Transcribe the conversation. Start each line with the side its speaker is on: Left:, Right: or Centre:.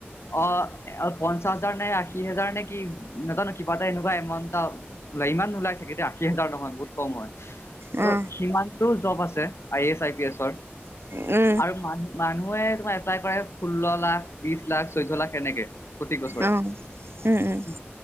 Left: অ', পঞ্চাশ হাজাৰ নে আশী হাজাৰ নে কি নাজানো কিবা এটা এনেকুৱা ও ইমান নোলাই চাগে দেই, আশী হাজাৰ নহয় বহুত কম হয় ত'
Right: উম অ
Left: সিমান টো জব আছে আই এছ আই পি এছৰ
Right: <inaudible>
Left: আৰু মানুহ মানুহে তোমাৰ এপ্লাই কৰে ষোল্ল লাখ বিশ লাখ চৈধ্য লাখ এনেকে প্ৰতি বছৰে
Right: অ উম উম